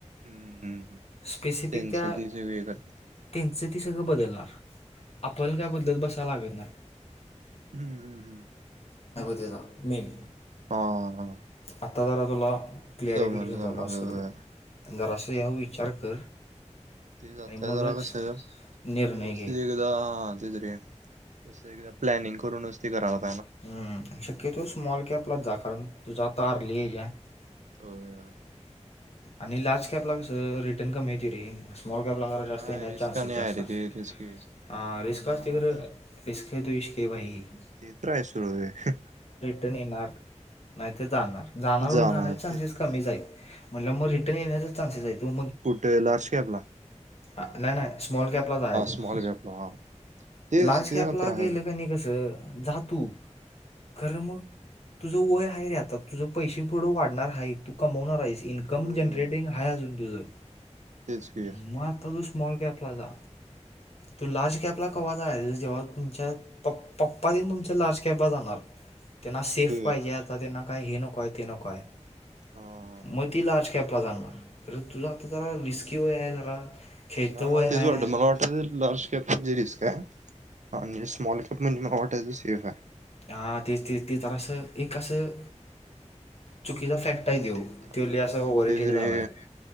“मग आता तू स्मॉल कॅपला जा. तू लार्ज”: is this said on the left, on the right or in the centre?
Left